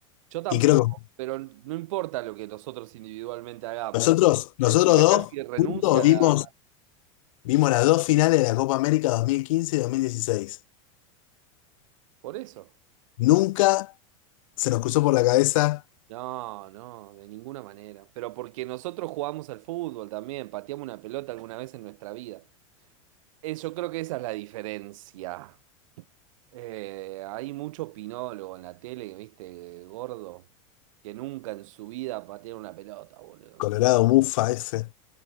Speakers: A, on the right; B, on the left.
A: Yo tampoco,
B: Y creo
A: pero no importa lo que nosotros individualmente hagamos.
B: Nosotros, nosotros
A: El pibe
B: dos
A: casi renuncia
B: juntos
A: a
B: vimos,
A: la...
B: vimos las dos finales de la Copa América 2015 y dos mil dieciséis
A: Por eso.
B: Nunca se nos cruzó por la cabeza
A: No, no, de ninguna manera. Pero porque nosotros jugamos al fútbol también, pateamos una pelota alguna vez en nuestra vida. Eh, Yo creo que esa es la diferencia. Eh, hay mucho opinólogo en la tele, viste, gordo, que nunca en su vida patearon una pelota, boludo.
B: Colorado Mufa ese,